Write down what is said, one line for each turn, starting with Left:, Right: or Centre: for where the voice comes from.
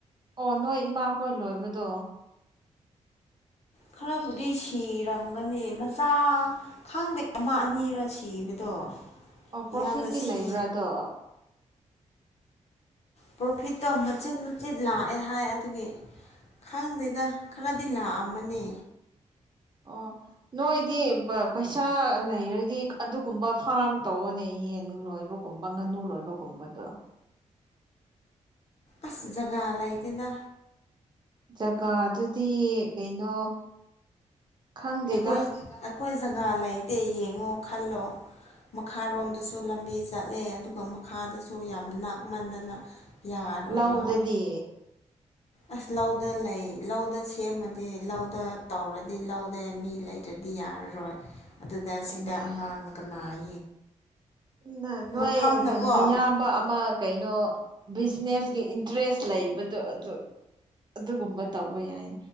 Right: ꯑꯣ ꯅꯣꯏ ꯏꯃꯥꯈꯣꯏ ꯂꯣꯏꯕꯗꯣ
Left: ꯈꯔꯞ ꯍꯧꯗꯤꯁ ꯁꯤꯔꯝꯒꯅꯤ ꯃꯆꯥ ꯈꯪꯗꯦ ꯑꯃ ꯑꯅꯤꯔꯣ ꯁꯤꯕꯗꯣ
Right: ꯑꯣ ꯄ꯭ꯔꯣꯐꯤꯠꯇꯤ
Left: ꯌꯥꯝꯅ ꯁꯤ
Right: ꯂꯩꯕ꯭ꯔꯥꯗꯣ
Left: ꯄ꯭ꯔꯣꯐꯤꯠꯇꯣ ꯃꯆꯤꯟꯠ ꯃꯆꯤꯟ ꯂꯥꯛꯑꯦ ꯍꯥꯏ ꯑꯗꯨꯒꯤ ꯈꯪꯗ꯭ꯔꯦꯗ ꯈꯔꯗꯤ ꯂꯥꯛꯑꯝꯃꯅꯦ
Right: ꯑꯣ ꯅꯣꯏꯗꯤ ꯄꯩꯁꯥ ꯂꯩꯔꯗꯤ ꯑꯗꯨꯒꯨꯝꯕ ꯐꯥꯔꯝ ꯇꯧꯕꯅꯦ ꯌꯦꯟ ꯂꯣꯏꯕꯒꯨꯝꯕ ꯉꯥꯅꯨ ꯂꯣꯏꯕꯒꯨꯝꯕꯗꯣ
Left: ꯑꯁ ꯖꯒꯥ ꯂꯩꯗꯦꯅ
Right: ꯖꯒꯥꯗꯨꯗꯤ ꯀꯩꯅꯣ ꯈꯪꯗꯦꯗ
Left: ꯑꯩꯈꯣꯏ ꯑꯩꯈꯣꯏ ꯖꯒꯥ ꯂꯩꯇꯦ ꯌꯦꯡꯉꯣ ꯈꯜꯂꯣ ꯃꯈꯥꯔꯣꯝꯗꯁꯨ ꯂꯝꯕꯤ ꯆꯠꯂꯦ ꯑꯗꯨꯒ ꯃꯈꯥꯗꯁꯨ ꯌꯥꯝ ꯅꯛꯃꯟꯗꯅ ꯌꯥꯔꯣꯏꯕ
Right: ꯂꯧꯗꯗꯤ
Left: ꯑꯁ ꯂꯧꯗ ꯂꯩ ꯂꯧꯗ ꯁꯦꯝꯃꯗꯤ ꯂꯧꯗ ꯇꯧꯔꯗꯤ ꯂꯧꯗ ꯃꯤ ꯂꯩꯔꯗꯤ ꯗꯤ ꯌꯥꯔꯔꯣꯏ ꯑꯗꯨꯗ
Right: ꯑꯗꯨꯅꯦ
Left: ꯁꯤꯗ ꯑꯉꯥꯡꯅ ꯀꯅꯥꯏ
Right: ꯎꯝ ꯅꯣꯏ
Left: ꯃꯐꯝꯅꯀꯣ
Right: ꯑꯌꯥꯝꯕ ꯑꯃ ꯀꯩꯅꯣ ꯕꯤꯖꯤꯅꯦꯁ ꯒꯤ ꯏꯟꯇꯔꯦꯁ ꯂꯩꯕꯗꯣ ꯑꯗꯨ ꯑꯗꯨꯒꯨꯝꯕ ꯇꯧꯕ ꯌꯥꯏ